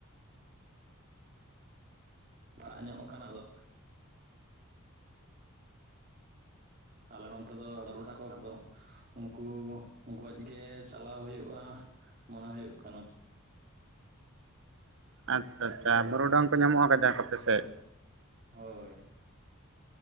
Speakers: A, on the right; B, on the right.
A: ᱯᱟᱲᱟᱜ ᱧᱚᱜ ᱠᱟᱱᱟ ᱟᱫᱚ᱾ ᱟᱞᱮ ᱱᱚᱱᱛᱮ ᱫᱚ ᱵᱟᱨᱩᱰᱟᱝ ᱠᱚ ᱟᱫᱚ᱾ ᱩᱱᱠᱩ ᱜᱚᱡ ᱜᱮ ᱪᱟᱞᱟᱣ ᱦᱳᱭᱳᱜ-ᱟ ᱢᱚᱱᱮ ᱦᱳᱭᱳᱜ ᱠᱟᱱᱟ᱾
B: ᱟᱪ-ᱪᱷᱟ ᱟᱪᱪᱷᱟ ᱵᱟᱨᱩᱰᱟᱝ ᱠᱚ ᱧᱟᱢᱚᱜ-ᱟ ᱠᱟᱡᱟᱠ ᱟᱯᱮᱥᱮᱜ᱾
A: ᱦᱚᱭ᱾